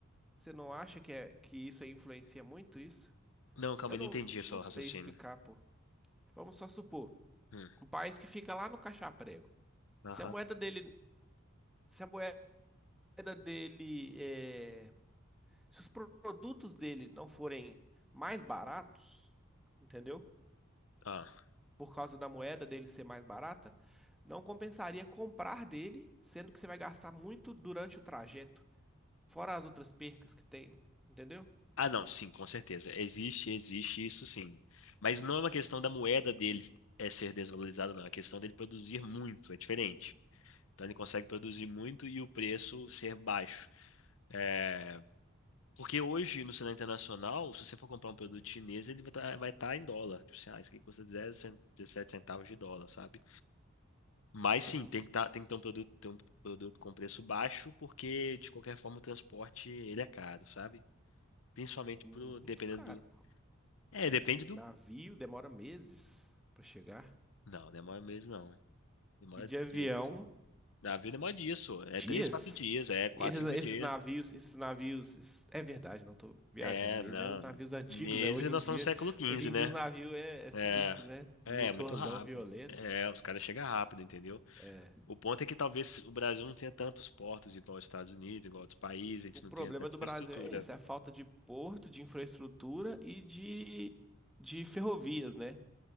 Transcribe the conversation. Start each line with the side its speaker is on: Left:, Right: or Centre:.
Centre: Você não acha que é que isso aí influencia muito isso?
Left: Não, calma
Centre: Eu
Left: aí,
Centre: não,
Left: não entendi o
Centre: não
Left: seu
Centre: sei
Left: raciocínio.
Centre: explicar, pô. Vamos só supor,
Left: Hum,
Centre: um país que fica lá no caixa
Left: aham.
Centre: Se a moeda dele, se a moeda dele, é, se os pro- produtos dele não forem mais baratos, entendeu?
Left: Ah.
Centre: Por causa da moeda dele ser mais barata, não compensaria comprar dele, sendo que você vai gastar muito durante o trajeto, fora as outras percas que tem, entendeu?
Left: Ah, não, sim, com certeza. Existe, existe isso sim. Mas não é uma questão da moeda dele é ser desvalorizada, não. É uma questão dele produzir muito, é diferente. Então ele consegue produzir muito e o preço ser baixo. É, Porque hoje, no cenário internacional, se você for comprar um produto chinês, ele vai estar vai tá em dólar. Tipo assim, ah, isso aqui custa 0, dezessete centavos de dólar, sabe? Mas
Centre: Uhum.
Left: sim, tem que, tá, tem que ter um produto, ter um produto com preço baixo, porque de qualquer forma o transporte ele é caro, sabe? Principalmente
Centre: Muito
Left: pro, dependendo
Centre: caro,
Left: do.
Centre: pô.
Left: É, depende
Centre: Navio
Left: do
Centre: demora meses pra chegar.
Left: Não, demora meses não. Demora
Centre: E de avião
Left: dias. Na vida demora dias, só. É
Centre: Dias?
Left: três, quatro dias, é quatro,
Centre: Esses,
Left: cinco
Centre: esses
Left: dias.
Centre: navios, esses navios, esses- é verdade, não tô viajando
Left: É,
Centre: mesmo,
Left: não.
Centre: eram os navios antigos,
Left: Meses
Centre: né? Hoje
Left: nós
Centre: em dia,
Left: estamos no século XV,
Centre: hoje em
Left: né?
Centre: dia os navios é, é sinistro,
Left: É.
Centre: né?
Left: É,
Centre: Um motorzão
Left: é muito rápido.
Centre: violento.
Left: É, os caras chegam rápido, entendeu?
Centre: É.
Left: O ponto é que talvez o Brasil não tenha tantos portos igual os Estados Unidos, igual outros países, a gente
Centre: O problema
Left: não tenha tanta
Centre: do
Left: infraestrutura.
Centre: Brasil é esse, a falta de porto, de infraestrutura e de, de ferrovias, né?